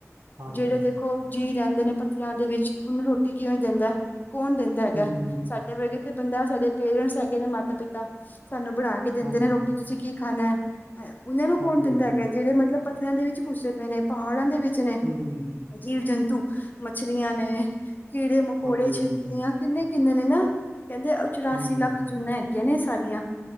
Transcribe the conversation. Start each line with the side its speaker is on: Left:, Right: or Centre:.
Right: ਹਾਂਜੀ
Left: ਜਿਹੜੇ ਦੇਖੋ ਜੀਅ ਰਹਿੰਦੇ ਨੇ ਪੱਥਰਾਂ ਦੇ ਵਿੱਚ ਉਹਨੂੰ ਰੋਟੀ ਕਿਵੇਂ ਦਿੰਦੇ ਕੌਣ ਦਿੰਦਾ? ਹੈਗਾ
Right: ਹੂੰ ਹਾਂਜੀ
Left: ਸਾਡੇ ਵਰਗੇ ਤੇ ਬੰਦਾ ਸਾਡੇ ਪੇਰੈਂਸ ਹੈਗੇ ਨੇ ਮਾਤਾ ਪਿਤਾ ਸਾਨੂੰ ਬਣਾ ਕੇ ਦਿੰਦੇ
Right: ਹਾਂਜੀ
Left: ਨੇ ਰੋਟੀ। ਕਿ ਤੁਸੀਂ ਕੀ ਖਾਣਾ ਉਹਨਾਂ ਨੂੰ ਕੌਣ
Right: ਹਾਂਜੀ
Left: ਦਿੰਦਾ ਹੈਗਾ ਜਿਹੜੇ ਮਤਲਬ ਪੱਥਰਾਆਂ ਦੇ ਵਿੱਚ ਘੁੱਸੇ ਪਏ ਨੇ। ਪਹਾੜਾਂ ਦੇ ਵਿੱਚ ਨੇ
Right: ਹੂੰ
Left: ਜੀਵ, ਜੰਤੂ, ਮੱਛਲੀਆਂ ਨੇ। ਕੀੜੇ, ਮਕੌੜੇ,
Right: ਹਾਂਜੀ
Left: ਛਿਪੜੀਆਂ
Right: ਹਾਂਜੀ
Left: ਕਿੰਨੇ- ਕਿੰਨੇ ਨੇ ਨਾ ਕਹਿੰਦੇ ਚੁਰਾਸੀ
Right: ਹੂੰ
Left: ਲੱਖ ਜੂਨਾ ਹੈਗੀ ਸਾਰੀਆਂ